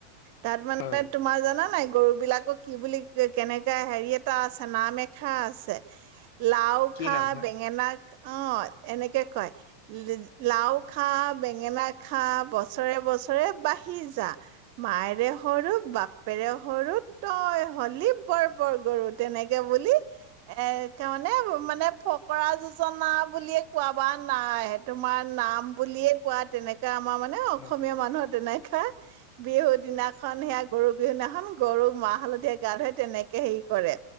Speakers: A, on the right; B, on the left.
A: তাত মানে
B: হয়
A: তোমাৰ জানা নাই গৰু বিলাকক কি বুলি ক কেনেকে হেৰি এটা আছে নাম এখা আছে লাও
B: কি
A: খা
B: নাম হয়
A: বেঙেনা অ এনেকে কয় লাও খা বেঙেনা খা বছৰে বছৰে বাঢ়ি সিজা মায়েৰে সৰু বাপেৰে সৰু তই হলি বৰ বৰ গৰু তেনেকে বুলি এ তানে মানে ফকৰা যোজনা বুলিয়ে কোৱা বা নাই তোমাৰ নাম বুলিয়ে কোৱা তেনেকা আমাৰ মানে অসমীয়া
B: অ
A: মানুহত নাই বিহু দিনাখন সেয়া গৰু বিহু দিনাখন গৰু মাহ হালধিৰে গা ধুৱে তেনেকে হেৰি কৰে